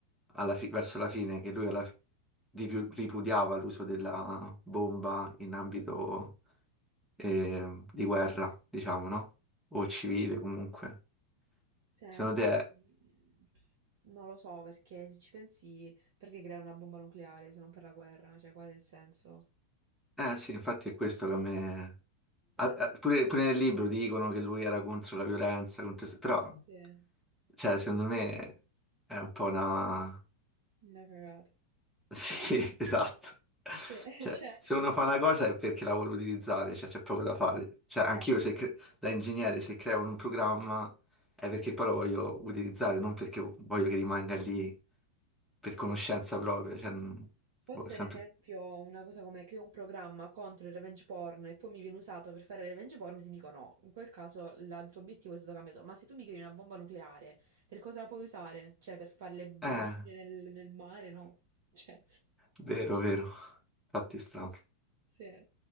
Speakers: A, in the centre; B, on the right (about 55°).
A: alla fi- verso la fine che lui alla fi- ripu- ripudiava l'uso della bomba in ambito eh, di guerra, diciamo, no? O civile comunque.
B: Senti,
A: Secondo te,
B: mm, non lo so perché se ci pensi, perché creare una bomba nucleare se non per la guerra? Cioè, qual è il senso?
A: eh sì, infatti è questo che a me... a-
B: Eh,
A: a- pure, pure nel libro dicono che lui era contro la violenza, contro... però,
B: sì,
A: cioè, secondo me è un po' una...
B: una cagata.
A: Sì, <laughs> esatto.
B: Sì,
A: Cioè,
B: <laughs> cioè,
A: se uno fa una cosa è perché la vuole utilizzare, cioè c'è poco da fare. Cioè, anch'io
B: eh,
A: se cre- da ingegnere se creo un programma è perché poi lo voglio utilizzare, non perché voglio che rimanga lì per
B: sì.
A: conoscenza propria. Cioè, non-
B: Fosse
A: boh, sempre...
B: ad esempio una cosa come creo un programma contro il revenge porn e poi mi viene usato per fare il revenge porn, ti dico no. In quel caso la- il tuo obiettivo è stato cambiato. Ma se tu mi crei una bomba nucleare, per cosa la puoi usare? Cioè, per fare le bollicine
A: Eh,
B: nel, nel mare? No. Cioè,
A: vero, vero. Fatti strano.
B: sì.